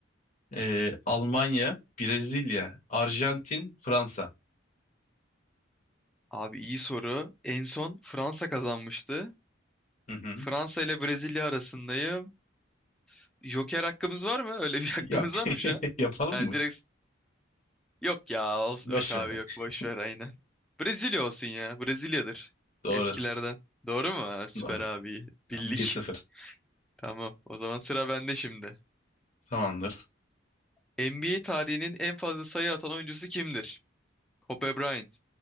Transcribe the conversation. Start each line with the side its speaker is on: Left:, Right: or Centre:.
Left: Ee, Almanya, Brezilya, Arjantin, Fransa.
Centre: Abi iyi soru. En son Fransa kazanmıştı.
Left: Hı hı.
Centre: Fransa ile Brezilya arasındayım. Joker hakkımız var mı? Öyle bir <laughs> hakkımız
Left: Yok.
Centre: var
Left: <laughs>
Centre: mı şu an?
Left: Yapalım
Centre: Ha,
Left: mı?
Centre: direkt yok ya. Olsun...
Left: Boş
Centre: Yok abi
Left: ver.
Centre: yok.
Left: <laughs>
Centre: Boş ver aynen. Brezilya olsun ya. Brezilya'dır.
Left: Doğru.
Centre: Eskilerden. Doğru mu? Ha, Süper
Left: Doğru.
Centre: abi. Bildik.
Left: Tamam, 1-0.
Centre: <laughs> Tamam. O zaman sıra bende şimdi.
Left: Tamamdır.
Centre: NBA tarihinin en fazla sayı atan oyuncusu kimdir? Kobe Bryant,